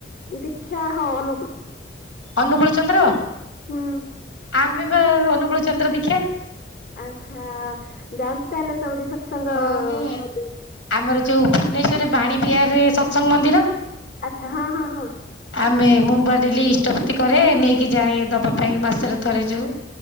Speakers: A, on the left; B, on the left.
A: ଦୀକ୍ଷା ହଁ ଅନୁକୂଳ।
B: ଅନୁକୂଳ ଚନ୍ଦ୍ର?
A: ହୁଁ।
B: ଆମେ ବା ଅନୁକୂଳ ଚନ୍ଦ୍ର ଦୀକ୍ଷା।
A: ଆଚ୍ଛା ଯାଆନ୍ତି ତାହେଲେ ସବୁଠି ସତସଙ୍ଗ
B: ହଁ
A: କରନ୍ତି?
B: ଆମର ଯୋଉଁ ଭୁବନେଶ୍ୱରରେ ବାଣୀ ବିହାରରେ ସତସଙ୍ଗ ମନ୍ଦିର?
A: ଆଚ୍ଛା ହଁ ହଁ ହଁ।
B: ଆମେ ମୁଁ ବା ଡେଲି ଇଷ୍ଟଭୃତି କରେ ନେଇକି ଯାଏ ଦବା ପାଇଁ ମାସରେ ଥରେ ଯୋଉ।